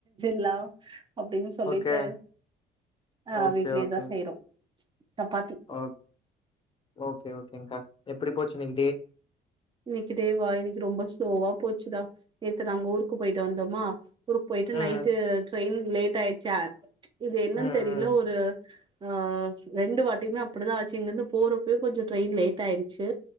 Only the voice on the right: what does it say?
<unintelligible> அப்டின்னு சொல்லிட்டு
அ
வீட்லயேதா
செய்றோ சப்பாத்தி
இன்னைக்கிட டேவே இன்னைக்கு ரொம்ப ஸ்லோவா போச்சுடா நேத்து நாங்க ஊருக்கு போய்ட்டு வந்தோமா ஊருக்கு போய்ட்டு
நைட்டு ட்ரெயின் லேட் ஆயுச்சு இது என்னன்னு
தெரில ஒரு ஆஹ் ரெண்டு வாட்டியுமே அப்டிதான் ஆச்சு இங்கிருந்து போறப்ப கொஞ்சோ ட்ரெயின் லேட் ஆய்டுச்சு